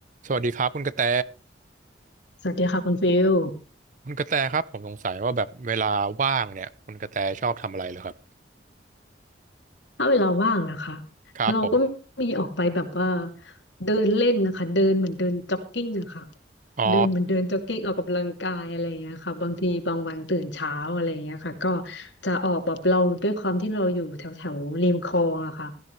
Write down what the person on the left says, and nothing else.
สวัสดีค่ะคุณฟิล
ถ้าเวลาว่างนะคะ
เราก็มีออกไปแบบว่าเดินเล่นนะคะเดินเหมือนเดินจ็อกกิ้งอะค่ะ
เดินเหมือนเดินจ็อกกิ้งออกกำลังกายอะไรอย่างเงี้ยค่ะบางทีบางวันตื่นเช้าอะไรอย่างเงี้ยค่ะก็จะออกแบบเราด้วยความที่เราอยู่แถวแถวริมคลองอะค่ะ